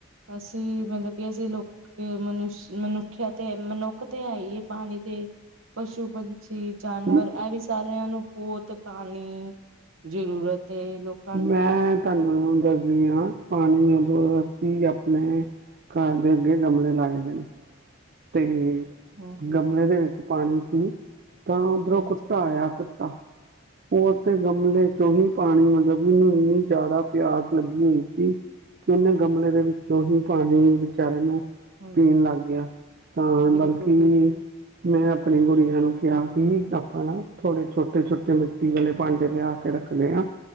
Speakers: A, on the right; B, on the right.
A: ਅਸੀਂ ਮਤਲਬ ਕਿ ਅਸੀਂ ਲੋਕ ਮਨੁਸ਼ ਮਨੁ ਸੱਖਿਆ ਤੇ ਮਨੁੱਖ ਤੇ ਹੈ ਹੀ ਪਾਣੀ ਤੇ ਪਸ਼ੂ ਪੰ ਸ਼ੀ ਜਾਨਵਰ
B: ਮ-
A: ਇਹ ਵੀ ਸਾਰਿਆਂ ਨੂੰ ਬਹੁਤ ਪਾਣੀ ਜ਼ਰੂਰਤ ਏ ਲੋਕ
B: ਮੈਂ ਤੁਹਾਨੂੰ ਦੱਸਦੀ ਹਾਂ ਪਾਣੀ ਉਦੋਂਸਤੀ ਆਪਣੇ ਘਰ ਦੇ ਅੱਗੇ ਗਮਲੇ ਲਾਗਦੇ ਨੇ <unintelligible>
A: ਹਾਂ
B: ਗਮਲੇ ਦੇ ਵਿੱਚ ਪਾਣੀ ਸੀ ਤਾਂ
A: ਹਾਂਜੀ
B: ਉੱਧਰੋਂ ਕੁੱਤਾ
A: ਹਾਂਜੀ
B: ਆਇਆ ਕੁੱਤਾ ਉਹ ਤੇ ਗਮਲੇ ਚ ਚੋਹੀ ਪਾਣੀ ਮਤਲਬ ਕਿ ਉਹਨੂੰ ਇੰਨੀ ਜ਼ਿਆਦਾ ਪਿਆਸ ਲੱਗੀ ਹੋਈ ਸੀ ਕਿ ਉਹਨੇ
A: ਹਾਂਜੀ
B: ਗਮਲੇ ਦੇ ਵਿੱਚ ਔ ਹੀ ਪਾਣੀ ਵਿਚਾਰੇ ਨੂੰ
A: ਹਾਂਜੀ
B: ਪੀਣ ਲੱਗ ਗਿਆ ਤਾਂ
A: ਬਿਲਕੁਲ
B: ਬਲਕਿ
A: ਜੀ
B: ਮੈਂ ਅਪਨੀ ਗੁੜੀਆਂ ਨੂੰ ਕਿਹਾ ਕਿ ਆਪਾਂ ਨਾ ਥੋੜੇ ਛੋਟੇ ਛੋਟੇ ਮਿੱਟੀ ਵਾਲੇ ਭਾਂਡੇ ਲਿਆ ਕੇ ਰੱਖ ਨੇ ਆ